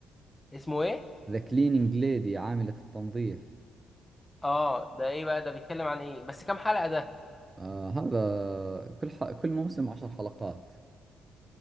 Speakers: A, on the left (about 15°); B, on the right (about 25°).
A: اسمه ايه
B: ذا كلينينج ليدي عاملة التنظيف
A: اه ده ايه بقى ده بيتكلم عن ايه بس كام حلقة ده
B: آه هذا كل ح... كل موسم عشر حلقات